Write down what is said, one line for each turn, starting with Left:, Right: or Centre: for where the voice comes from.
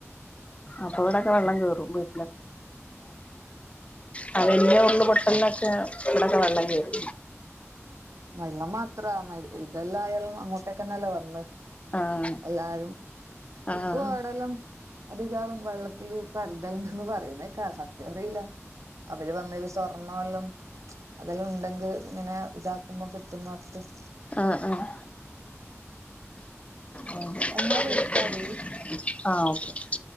Left: അപ്പൊ ഇവിടൊക്കെ വെള്ളം കേറും <unintelligible> ആ വലിയ ഉരുള് പൊട്ടലിനൊക്കെ ഇവിടൊക്കെ വെള്ളം കേറി
Right: വെള്ളം മാത്രാ മ ഇതെല്ലായാലും അങ്ങോട്ടൊക്കെന്നെയല്ലേ വരണെ
Left: ആഹ്
Right: എല്ലാരും
Left: ആഹ്
Right: ഇപ്പൊ അടെ- ഇവിടെയെല്ലാം അധികാളും വെള്ളത്തിൻ പരതല്ണ്ടന്ന് പറയുന്നെ കേക്കാം സത്യം അറിയില്ല അവര് വന്നാൽ സ്വർണ്ണെല്ലാം അതെല്ലാം ഉണ്ടെങ്കിൽ ഇങ്ങനെ ഇതാക്ക- <unintelligible>
Left: ആഹ് ആഹ് <unintelligible>
Right: എന്നാ വിളിക്കാടി
Left: ആഹ് ഓക്കെ